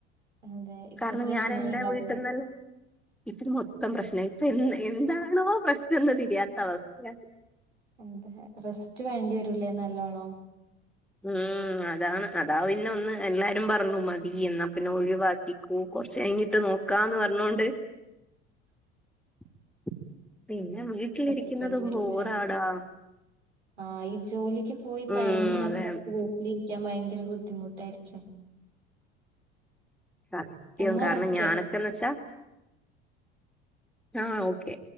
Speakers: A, on the right; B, in the centre.
A: അതെ ഇപ്പൊ
B: കാരണം
A: പ്രശ്നായി
B: ഞാൻ എൻ്റെ
A: ഉണ്ടാവില്ല
B: വീട്ടിന്നൽ <inaudible> മൊത്തം പ്രശ്നമായി തെന്ന് എന്താണോ പ്രശ്നമെന്ന് തിരിയാത്ത അവസ്ഥ
A: അതെ റെസ്റ്റ് വേണ്ടി വരൂല്ലേ നല്ലോണം
B: ഉം അതാണ് അതാ പിന്നെ ഒന്ന് എല്ലാവരും പറഞ്ഞു മതി എന്നാ പിന്നെ ഒഴിവാക്കിക്കോ കുറച്ച കഴിഞ്ഞിട്ട് നോക്കാന്ന് പറഞ്ഞോണ്ട്
A: <inaudible>
B: <inaudible> വീട്ടിലിരിക്കുന്നതും
A: ശ്രദ്ധിക്കേണ്ടി വരില്ലേ
B: ബോറാടാ
A: ആ ഈ ജോലിക്ക് പോയി
B: ഉം
A: തയങ്ങിയ ആൾക്കാർക്ക്
B: അതെ
A: വീട്ടിലിരിക്കാൻ ഭയങ്കര ബുദ്ധിമുട്ടായിരിക്കും
B: സത്യവും
A: എന്നാ
B: കാരണം
A: ഓക്കെ
B: ഞാനൊക്കെന്ന് വെച്ചാ ആ ഓക്കെ